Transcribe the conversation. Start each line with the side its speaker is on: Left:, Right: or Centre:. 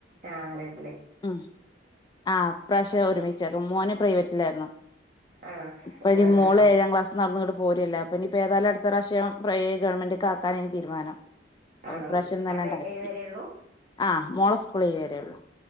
Right: ആ രൻ
Left: ഉ ആഹ് ഈപ്രാവശ്യ ഒരുമിച്ചേക്കും മോന പ്രൈവറ്റിലായിരുന്നു
Right: ആണോ
Left: ഇപ്പത്
Right: ആഹ്
Left: മോള്
Right: ആഹ് ആഹ്
Left: ഏഴാം ക്ലാസ് നടന്നി പോരുംല്ല അപ്പോൾ ഇനിപ്പോൾ ഏായാലും അടുത്ത പ്രാവിശ്യം പ്രൈ ഗവൺമെന്റ് ആാക്കാനൻ ഇനി തീരുമാനം അപ്പൊ
Right: ആണോ
Left: ഈ പ്രാവശ്യം തന്നൊക്കി
Right: അവിടെ ഏഴ് വരെയുള്ളൂ
Left: ആ മോളെ സ്‌ക ഏഴു വരേള്ളൂ